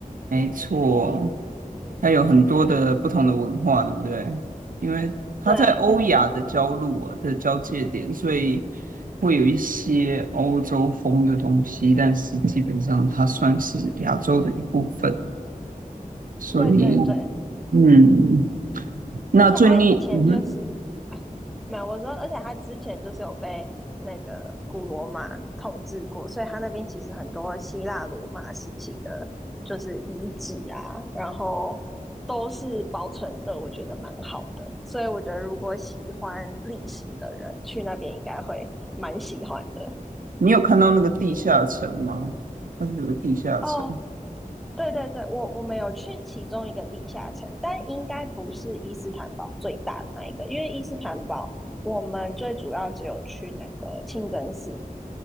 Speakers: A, on the right; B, in the centre.
A: 没错，它有很多的不同的文化，对不对？因为它在欧亚的交路啊的交界点，
B: 对，
A: 所以会有一些欧洲风的东西，但是基本上它算是亚洲的一部分。所以，
B: 对对对，
A: 嗯，那最逆，
B: 而且他以前就是啊，
A: 嗯哼，
B: 没有，我说，而且他之前就是有被那个古罗马统治过，所以他那边其实很多希腊罗马时期的，就是遗址啊，然后都是保存的，我觉得蛮好的。所以我觉得如果喜欢历史的人去那边，应该会蛮喜欢的。
A: 你有看到那个地下城吗？它是有个地下城，
B: 哦，对对对，我我们有去其中一个地下城，但应该不是伊斯坦堡最大的那一个，因为伊斯坦堡我们最主要只有去那个清真寺，